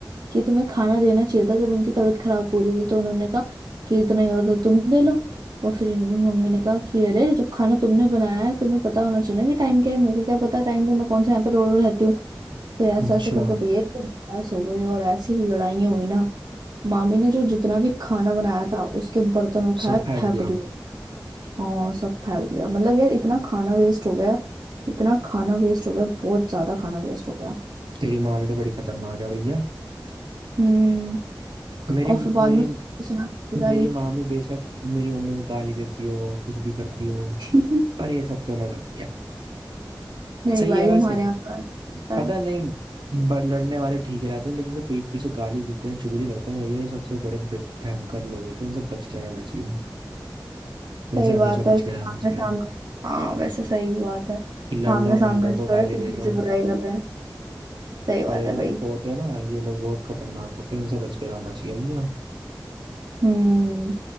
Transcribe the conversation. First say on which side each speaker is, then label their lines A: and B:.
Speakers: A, on the right (about 60°); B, on the right (about 85°).
A: कि तुम्हें खाना देना चाहिए था जब उनकी तबीयत खराब हो रही थी तो उन्होंने कहा कि इतना ही और तो तुम दे लो और फिर इन- मम्मी ने कहा कि अरे जब खाना तुमने बनाया है तुम्हें पता होना चाहिए ना कि टाइम क्या है मेरे को क्या पता टाइम का मैं कौन से यहाँ पर रो रो रहती हूँ फिर ऐसा
B: अच्छा
A: ऐसा करके भैया की बहस हो गई और ऐसी लड़ाइयाँ हुई ना मामी ने जो जितना भी खाना बनाया था उसके बर्तन उठाए
B: सब फेंक
A: फेंक
B: दिया
A: दिए हाँ सब फेंक दिया मतलब यार इतना खाना वेस्ट हो गया इतना खाना वेस्ट हो गया बहुत ज्यादा खाना वेस्ट हो गया
B: तेरी माँ भी तो बड़ी खतरनाक है भैया
A: हम्म
B: मेरी
A: और फिर बाद
B: मेरी
A: में सुना जा
B: मेरी
A: रही
B: माँ भी बेशक मेरी मम्मी को गाली देती हो कुछ भी करती हो
A: <laughs>
B: पर ये सब तो ना करती है
A: नहीं
B: सही
A: भाई
B: है वैसे
A: हमारे यहाँ का ऐसा होता
B: पता
A: है।
B: नहीं बड़ लड़ने वाले ठीक रहते हैं लेकिन जो पीठ पीछे गाली देते हैं चुगली करते हैं ना ये सबसे बड़े बे- भयंकर लोग होते हैं इनसे बच के रहना चाहिए इनसे
A: सही
B: हमेशा
A: बात है
B: बच के
A: सामने
B: रहना चाहिए
A: सामने हाँ वैसे सही बात है
B: लड़
A: सामने
B: लो
A: सामने
B: मल लो
A: जो
B: दो गाली
A: है पीठ
B: दे
A: पीछे
B: लो
A: बुराई कर रहे हैं सही बात
B: पर ये
A: है
B: जो
A: भाई
B: होते हैं ना ये लोग बहुत खतरनाक होते हैं इनसे बच के रहना चाहिए भैया
A: हम्म